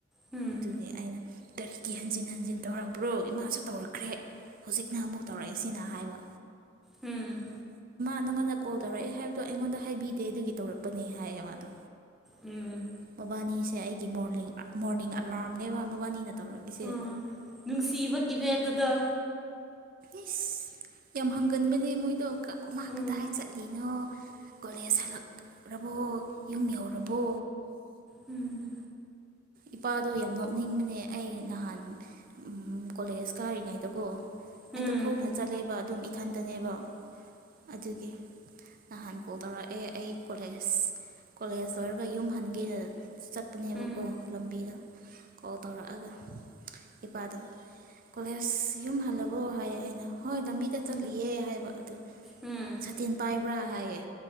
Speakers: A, in the centre; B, on the right (about 45°).
A: ꯎꯝ
B: ꯑꯗꯨꯒꯤ ꯑꯩꯅ ꯀꯔꯤꯒꯤ ꯍꯟꯖꯤꯟ ꯍꯟꯖꯤꯟ ꯇꯧꯔꯛꯕ꯭ꯔꯣ ꯏꯃꯥꯁꯨ ꯇꯧꯔꯛꯈ꯭ꯔꯦ ꯍꯧꯖꯤꯛꯅ ꯑꯃꯨꯛ ꯇꯧꯔꯛꯏꯁꯤꯅ ꯍꯥꯏꯕ
A: ꯎꯝ
B: ꯅꯪꯉꯟꯅ ꯀꯣꯜ ꯇꯧꯔꯛꯑꯦ ꯍꯥꯏꯕꯗꯣ ꯑꯩꯉꯣꯟꯗ ꯍꯥꯏꯕꯤꯗꯦ ꯑꯗꯨꯒꯤ ꯇꯧꯔꯛꯄꯅꯦ ꯍꯥꯏꯌꯦ ꯃꯥꯗꯣ
A: ꯎꯝ
B: ꯃꯕꯥꯅꯤꯁꯦ ꯑꯩꯒꯤ ꯃꯣꯔꯅꯤꯡ ꯃꯣꯔꯅꯤꯡ ꯑꯂꯥꯔꯝꯅꯦꯕ ꯃꯕꯥꯅꯤꯅ ꯇꯧꯔꯛꯏꯁꯦ
A: ꯎꯝ ꯅꯨꯡꯁꯤꯕꯒꯤꯅꯦ ꯑꯗꯨꯗꯣ
B: ꯏꯁ ꯌꯥꯝ ꯍꯪꯒꯟꯕꯅꯦ ꯃꯣꯏꯗꯣ ꯀ ꯑꯃ
A: ꯎꯝ
B: ꯀꯗꯥꯏ ꯆꯠꯂꯤꯅꯣ ꯀꯣꯂꯦꯖ ꯍꯜꯂꯛ ꯔꯕꯣ ꯌꯨꯝ ꯌꯥꯎꯔꯕꯣ
A: ꯎꯝ
B: ꯏꯄꯥꯗꯣ ꯌꯥꯝ ꯅꯣꯛꯅꯤꯡꯕꯅꯦ ꯑꯩ ꯅꯍꯥꯟ ꯑꯝ ꯀꯣꯂꯦꯖ ꯀꯥꯔꯤꯉꯩꯗꯀꯣ
A: ꯎꯝ
B: ꯑꯩꯗꯣ ꯈꯣꯡꯅ
A: ꯎꯝ
B: ꯆꯠꯂꯦꯕ ꯑꯗꯨꯝ ꯏꯊꯟꯇꯅꯦꯕ ꯑꯗꯨꯒꯤ ꯅꯍꯥꯟ ꯀꯣꯜ ꯇꯧꯔꯛꯑꯦ ꯑꯩ ꯀꯣꯂꯦꯖ ꯀꯣꯂꯦꯖ ꯂꯣꯏꯔꯒ ꯌꯨꯝ ꯍꯟꯒꯦꯅ ꯆꯠꯄꯅꯦꯕꯀꯣ
A: ꯎꯝ
B: ꯂꯝꯕꯤꯗ ꯀꯣꯜ ꯇꯧꯔꯛꯑꯒ ꯏꯄꯥꯗꯣ ꯀꯣꯂꯦꯖ ꯌꯨꯝ ꯍꯜꯂꯕꯑꯣ ꯍꯥꯏ ꯑꯩꯅ ꯍꯣꯏ ꯂꯝꯕꯤꯗ
A: ꯎꯝ
B: ꯆꯠꯂꯤꯌꯦ ꯍꯥꯏꯕ ꯑꯗꯨ
A: ꯎꯝ
B: ꯁꯥꯇꯤꯟ ꯄꯥꯏꯕ꯭ꯔꯥ ꯍꯥꯏꯌꯦ